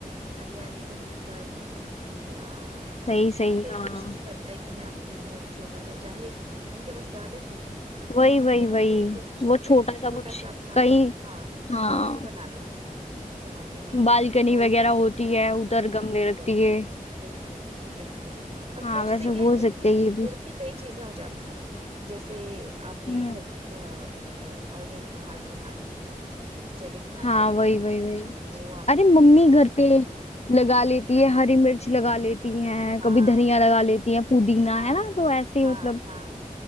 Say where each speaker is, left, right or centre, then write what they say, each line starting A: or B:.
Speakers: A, on the right (about 45°); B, on the left (about 45°).
A: हरियाली को लेकर या
B: सही
A: हर
B: सही
A: कोई
B: हाँ
A: कोशिश करता है कि मैं अपने घर छोटा सा चाहे उनके पास गार्डन नहीं हो
B: वही वही वही
A: वो ये कोशिश
B: वो
A: करता
B: छोटा
A: है कि मैं
B: सा
A: छोटा
B: कुछ
A: सा अपना
B: कहीं
A: हाँ
B: हाँ
A: कॉर्नर बना लूं जहाँ पे
B: बालकनी
A: बालकनी
B: वगैरह होती
A: में
B: है उधर गमले
A: बिल्कुल
B: रखती है
A: बिल्कुल बिल्कुल और फिर
B: हाँ
A: उससे
B: वैसे
A: क्या है
B: बोल
A: जुड़ती
B: सकते हैं ये
A: जुड़ती
B: भी
A: कई चीजें हो जाती हैं जैसे आपने
B: हम्म
A: घर ऑर्गेनिक खाद बना ली जैविक खाद
B: हाँ
A: बना
B: वही
A: ली
B: वही वही
A: वो आप
B: अरे
A: शुरू
B: मम्मी
A: कर सकते
B: घर पे लगा लेती है हरी मिर्च लगा लेती हैं
A: हो
B: कभी
A: हाँ
B: धनिया लगा लेती हैं पुदीना
A: हाँ
B: है ना तो ऐसे
A: हाँ
B: ही मतलब
A: हाँ